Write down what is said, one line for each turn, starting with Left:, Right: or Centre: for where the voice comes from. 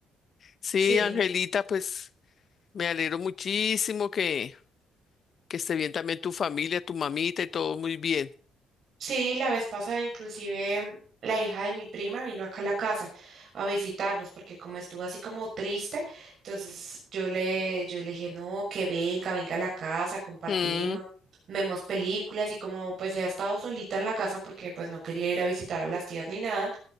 Left: Sí,
Right: sí.
Left: Angelita, pues me alegro muchísimo que, que esté bien también tu familia, tu mamita y todo muy bien.
Right: Sí, la vez pasada inclusive la hija de mi prima vino acá a la casa a visitarnos porque como estuvo así como triste, entonces yo le, yo le dije, no, que venga, venga a la casa, compartimos,
Left: Mm,
Right: vemos películas y como pues ella ha estado solita en la casa porque pues no quería ir a visitar a las tías ni nada.